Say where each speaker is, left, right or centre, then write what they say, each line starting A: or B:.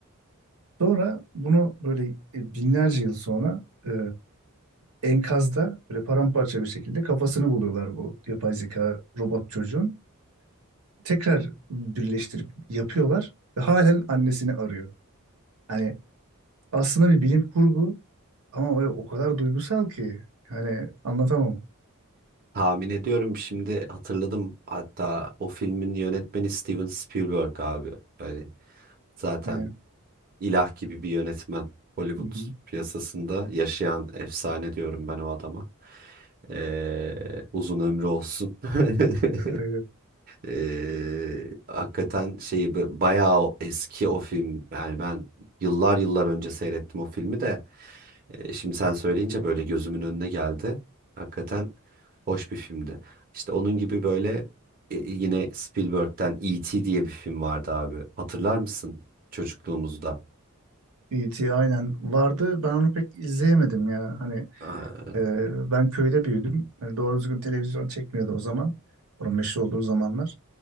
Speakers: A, on the right; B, on the right.
A: sonra bunu böyle e, binlerce yıl sonra e, enkazda böyle paramparça bir şekilde kafasını buluyorlar bu yapay zeka robot çocuğun. tekrar birleştirip yapıyorlar ve halen annesini arıyor. Hani aslında bir bilim kurgu ama böyle o kadar duygusal ki hani anlatamam.
B: Tahmin ediyorum şimdi hatırladım. Hatta o filmin yönetmeni Steven Spielberg abi. Yani zaten
A: Yani,
B: ilah gibi bir yönetmen. Hollywood
A: hı hı,
B: piyasasında yaşayan efsane diyorum ben o adama. Ee, uzun ömrü olsun. <laughs>
A: evet.
B: Ee, hakikaten şeyi b- bayağı o eski o film. Yani ben yıllar yıllar önce seyrettim o filmi de. Ee, şimdi sen söyleyince böyle gözümün önüne geldi. Hakikaten hoş bir filmdi. İşte onun gibi böyle e, yine Spielberg'den E.T. diye bir film vardı abi. Hatırlar mısın çocukluğumuzda?
A: E.T. aynen vardı. Ben onu pek izleyemedim ya. Hani
B: Ee,
A: e, ben köyde büyüdüm. Hani doğru düzgün televizyon çekmiyordu o zaman. Onun meşhur olduğu zamanlar.